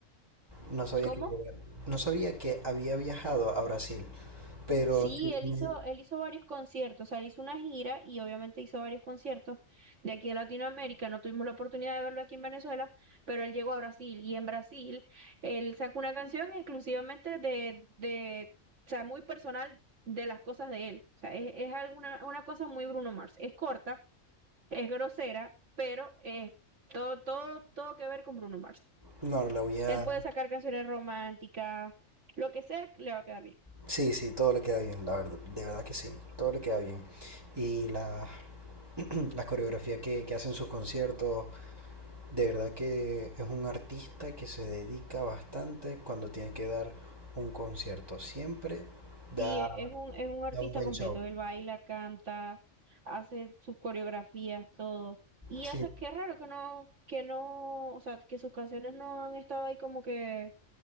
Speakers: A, on the right; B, on the right.
A: No sabía
B: ¿Cómo?
A: que había, no sabía que había viajado a Brasil. Pero
B: Sí,
A: sí,
B: él
A: me-
B: hizo, él hizo varios conciertos, o sea, él hizo una gira y obviamente hizo varios conciertos de aquí de Latinoamérica. No tuvimos la oportunidad de verlo aquí en Venezuela, pero él llegó a Brasil y en Brasil él sacó una canción exclusivamente de, de, o sea, muy personal de las cosas de él. O sea, es, es alguna, una cosa muy Bruno Mars. Es corta, es grosera, pero es todo, todo, todo que ver con Bruno Mars.
A: no, la voy a,
B: Él puede sacar canciones románticas, lo que sea, le va a quedar bien.
A: Sí, sí, todo le queda bien, la verdad, de verdad que sí, todo le queda bien. Y la, <clears throat> las coreografías que, que hacen sus conciertos, de verdad que es un artista que se dedica bastante cuando tiene que dar un concierto. Siempre da,
B: Sí, e- es un, es un artista
A: da un buen
B: completo.
A: show.
B: Él baila, canta, hace sus coreografías, todo. Y
A: Sí,
B: hace, qué raro que no, que no, o sea, que sus canciones no han estado ahí como que